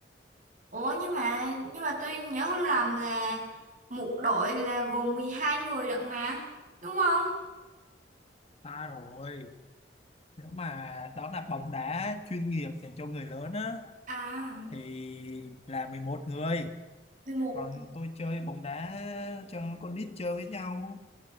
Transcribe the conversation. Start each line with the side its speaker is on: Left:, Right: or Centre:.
Right: Ủa, nhưng mà nhưng mà tôi nhớ không lầm là một đội là gồm 12 người lận mà, đúng không?
Left: ta rồi nếu mà đó là bóng đá chuyên nghiệp dành cho người lớn á
Right: À,
Left: thì là mười một người
Right: 11.
Left: còn tôi chơi bóng đá cho con nít chơi với nhau